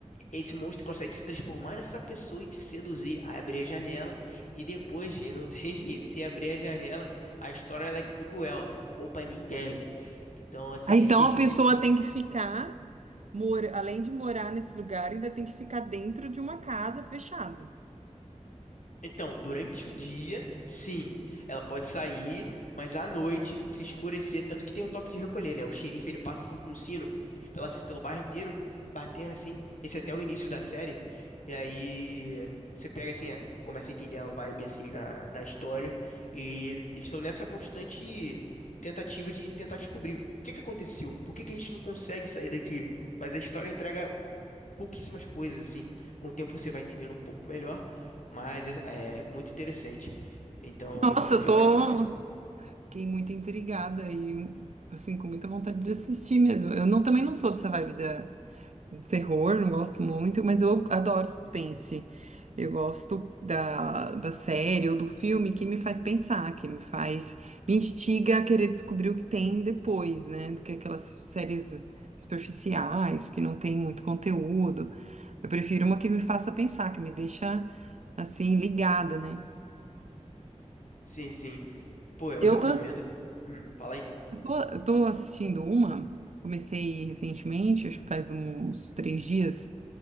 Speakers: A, on the left (about 80°); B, on the right (about 65°).
A: Esse monstro consegue se transformar nessa pessoa e te seduzir, aí abrir a janela, e depois, e não <laughs> tem jeito, se abrir a janela, a história ela é cruel, não poupa ninguém. Então, assim,
B: Ah, Então
A: achei
B: a pessoa
A: <laughs>
B: tem que ficar, mora, além de morar nesse lugar, ainda tem que ficar dentro de uma casa fechada.
A: Então, durante o dia, sim, ela pode sair, mas à noite, se escurecer, tanto que tem o toque de recolher, né? O xerife, ele passa assim com um sino pela, pelo bairro inteiro, batendo assim. Esse é até o início da série. E aí você pega assim, é, começa a entender a vibe assim da, da história. E eles estão nessa constante tentativa de tentar descobrir o que que aconteceu, por que que a gente não consegue sair daqui. Mas a história entrega pouquíssimas coisas, assim. Com o tempo você vai entendendo um pouco melhor, mas é, é muito interessante. Então, eu
B: Nossa,
A: recomendo
B: eu
A: demais
B: tô.
A: que você assista.
B: Fiquei muito intrigada e, assim, com muita vontade de assistir mesmo. Eu não, também não sou dessa vibe da. terror, não gosto muito, mas eu adoro suspense. Eu gosto da, da série ou do filme que me faz pensar, que me faz, me instiga a querer descobrir o que tem depois, né? Do que aquelas séries superficiais, que não tem muito conteúdo. Eu prefiro uma que me faça pensar, que me deixa assim ligada, né?
A: Sim, sim. Pô, eu
B: Eu
A: recomendo.
B: tô, ass-
A: Hum, fala aí.
B: eu tô, eu tô assistindo uma, comecei recentemente, acho que faz uns três dias